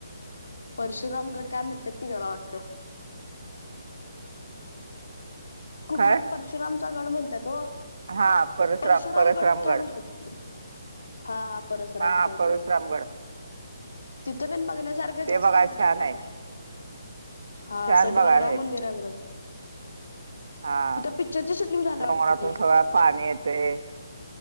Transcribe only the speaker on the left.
परशुरामगड काय म्हणतात कि त्याला वाटतं. कुठला
परशुरामचा गड म्हणतात ओ.
परशुराम
गड काय म्हणतात की हां हां परशराम
काय
ते, तिथे पण बघण्यासारखं
जास्त
आहे म्हण
काय काय, हां
असं डोंगराव
मंदिर आहे म्हण.
पिक्चरची शूटिंग झाल्या
वाटतं की